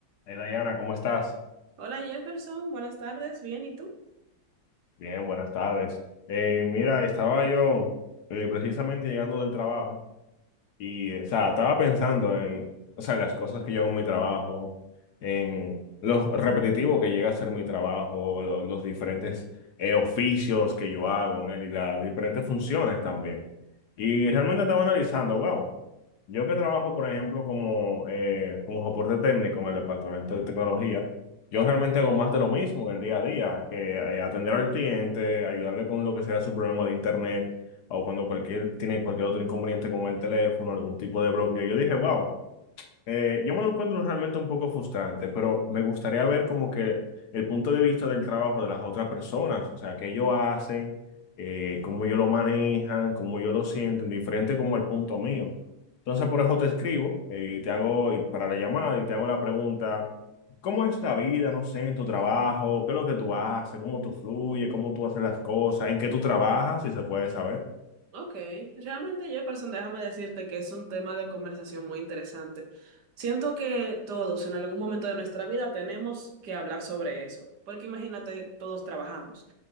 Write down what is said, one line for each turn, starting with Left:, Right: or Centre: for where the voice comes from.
Left: Hey Diana, ¿cómo estás?
Right: Hola Jefferson, buenas tardes, bien, ¿y tú?
Left: Bien, buenas tardes. Eh, mira, estaba yo eh, precisamente llegando del trabajo Y, o sea, estaba pensando en, o sea, en las cosas que yo hago en mi trabajo, en lo repetitivo que llega a ser mi trabajo, lo- los diferentes eh, oficios que yo hago en él y las diferentes funciones también. Y realmente estaba analizando, wow, yo que trabajo, por ejemplo, como, eh, como soporte técnico en el departamento de tecnología, yo realmente hago más de lo mismo en el día a día, que eh, atender al cliente, ayudarle con lo que sea su problema de internet o cuando cualquier, tiene cualquier otro inconveniente con el teléfono, algún tipo de bloqueo. Yo dije, wow, eh, yo me lo encuentro realmente un poco frustrante, pero me gustaría ver como que el punto de vista del trabajo de las otras personas, o sea, qué ellos hacen, eh, cómo ellos lo manejan, cómo ellos lo sienten, diferente como el punto mío. Entonces, por eso te escribo eh, y te hago y para la llamada y te hago la pregunta. ¿Cómo es la vida, no sé, en tu trabajo? ¿Qué es lo que tú haces? ¿Cómo tú fluyes? ¿Cómo tú haces las cosas? ¿En qué tú trabajas? Si se puede saber.
Right: Ok, realmente Jefferson, déjame decirte que es un tema de conversación muy interesante. Siento que todos en algún momento de nuestra vida tenemos que hablar sobre eso, porque imagínate, todos trabajamos.